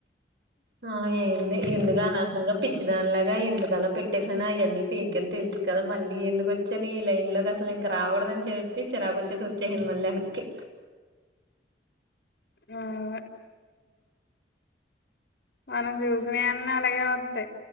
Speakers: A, on the right; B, on the left.
A: హా అయింది ఎందుగా అనవసరంగా పిచ్చిదాని లాగా ఎందుకు అలా పెట్టేసాను. అవన్నీ ఫేక్ అని తెలుసు కదా. మళ్ళీ ఎందుకు వచ్చని ఈ లైన్ లో అస అసలు ఇంక రాకూడదు అని చెప్పి చిరాకు వచ్చేసి వచ్చేసాను మళ్ళీ ఎనక్కి.
B: ఆ మనం చూసిన అన్న అలాగే వత్తాయ్